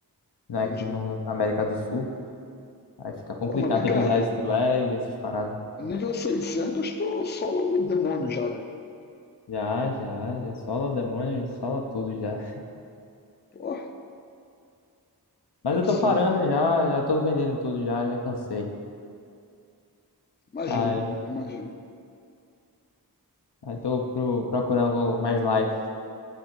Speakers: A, on the left; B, on the left.
A: né,
B: Entendi.
A: aqui no na América do Sul. Aí fica complicado,
B: Pô, mas vem
A: tem
B: cá.
A: que usar esse lag, essas paradas.
B: Nível 600, tô só logo o demônio já, né?
A: Já, já, já sola o demônio, sola tudo já.
B: Pô,
A: Mas
B: absurdo.
A: eu tô parando
B: Pô,
A: já, já tô vendendo tudo já, já cansei.
B: imagino,
A: Aí,
B: imagino.
A: aí tô pro, procurando algo mais light.